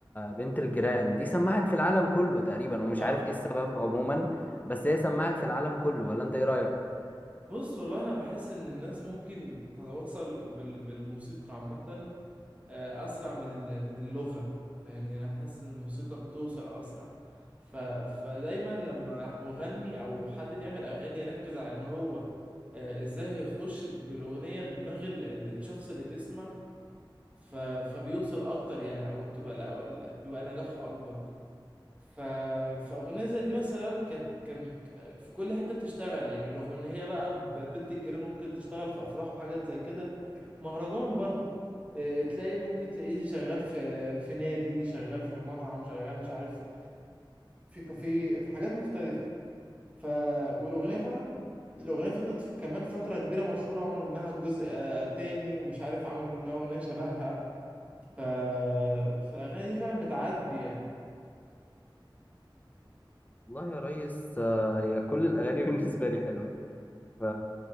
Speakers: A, on the left; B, on the right.
A: بنت الجيران دي سمعت في العالم كله تقريبا ومش
B: اه
A: عارف ايه السبب عموما بس هي سمعت في العالم كله ولا انت ايه رأيك
B: بص والله أنا بحس إن الناس ممكن تتواصل بال- بالموسيقى عامة آه، أسرع من ال- من اللغة فاهمني أنا حاسس إن الموسيقى بتوصل أسرع ف فدايما لما مغني أو حد بيعمل أغاني يركز على إن هو آه، إزاي يخش بالأغنية دماغ ال- ال- الشخص اللي بيسمع ف فبيوصل أكتر يعني أو تبقى الأو- بيبقى نجاحه أكبر ف... فأغنية زي دي مثلا كانت كان في كل حتة بتشتغل يعني رغم إن هي بقى ب- بنت الجيران ممكن تشتغل في أفراح وحاجات زي كده مهرجان برضو إيه، تلاقي ممكن تلاقيه شغال في في نادي شغال في مطعم شغال مش عارف في كافيه في حاجات مختلفة ف والأغنية فعلا الأغنية فضلت في- كمان فترة كبيرة مشهورة عملوا منها جزء آه، تاني ومش عارف عملوا منها أغنية شبهها ف... فالأغاني دي فعلا بتعدي
A: والله يا ريس آه، يا كل الاغاني <laughs> بالنسبة لي حلوة ف